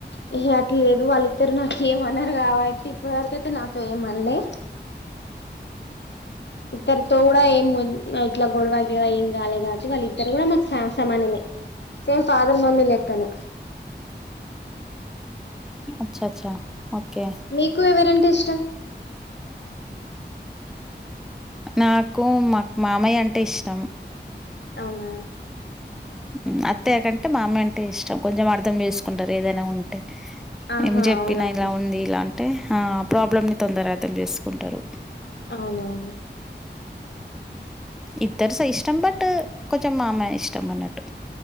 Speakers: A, on the left; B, in the centre.
A: హేహే అట్ల లేదు వాళ్ళిద్దరు నాకు ఏమి అన్నారు కాబట్టి ఇప్పటి వరకు అయితే నాతో ఏమి అన్న లే ఇద్దరితో కూడా ఏం మున్ నా ఇట్ల గొడవ గిడవ ఏం కాలే కాబట్టి వాళ్ళ ఇద్దరు కూడా మాకు స సమానమే సేమ్ ఫాదర్ మమ్మీ లెక్కనే
B: అచ్చ అచ్చ ఓకే
A: మీకు ఎవరు అంటే ఇష్టం
B: నాకు మాక్ మామయ్య అంటే ఇష్టం
A: అవునా
B: ఉ అత్తయ్యకంటే మా మామయ్య అంటే ఇష్టం కొంచెం అర్ధం చేసుకుంటారు ఏదైనా ఉంటే
A: ఆహా
B: ఏం చెప్పినా
A: అవునవును
B: ఇలా ఉంది ఇలా అంటే ఆ ప్రాబ్లమ్ ని తొందరగా అర్ధం చేసుకుంటారు
A: అవును అవును
B: ఇద్దరు సాయి ఇష్టం బట్ కొంచెం మామయ్య ఇష్టం ఆన్నట్టు